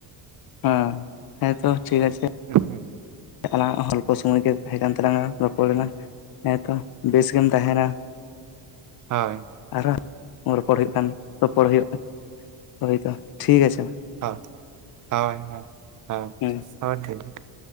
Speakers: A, on the left; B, on the right.
A: ᱦᱮᱸ ᱦᱮᱸ ᱛᱚ, ᱴᱷᱤᱠ ᱟᱪᱷᱮ
B: <unintelligible>
A: ᱮᱱᱟᱝᱟ ᱚᱞᱯᱚ ᱥᱚᱢᱚᱭ ᱜᱮ, ᱛᱟᱦᱮᱸ ᱠᱟᱱ ᱛᱟᱞᱟᱝᱟ, ᱨᱚᱯᱚᱲ ᱮᱱᱟ ᱦᱮᱸ ᱛᱚ, ᱵᱮᱥ ᱜᱮᱢ ᱛᱟᱦᱮᱱᱟ ᱾ <inaudible>
B: ᱦᱳᱭ ᱾
A: ᱟᱨᱦᱚᱸ ᱨᱚᱯᱚᱲ ᱦᱩᱭᱩᱜ ᱠᱷᱟᱱ, ᱨᱚᱯᱚᱲ ᱦᱩᱭᱩᱜᱼᱟ ᱾ ᱦᱳᱭ ᱛᱚ, ᱴᱷᱤᱠ ᱟᱪᱷᱮ ᱾
B: ᱦᱚ, ᱦᱳᱭ, ᱦᱳᱭ, ᱦᱚᱭ
A: ᱦᱩᱸ
B: ᱦᱚᱦ ᱴᱷᱤᱠ ᱜᱮ ᱾